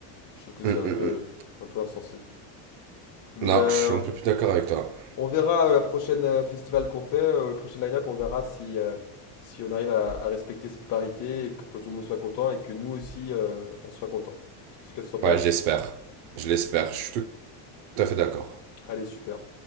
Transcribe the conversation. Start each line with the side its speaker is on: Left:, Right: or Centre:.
Left: Je trouve que
Right: Hum,
Left: c'est un
Right: hum,
Left: peu,
Right: hum.
Left: un peu insensé. Mais
Right: Non,
Left: euh,
Right: je suis un peu plus d'accord avec toi.
Left: on verra euh, la prochaine euh, festival qu'on fait, euh, le prochain line-up, on verra si, euh, si on arrive à, à respecter cette parité et pour que tout le monde soit content et que nous aussi euh, on soit content. Qu'est-ce que tu en penses?
Right: Ouais, j'espère. Je l'espère. Je suis tout Tout à fait d'accord
Left: Allez, super.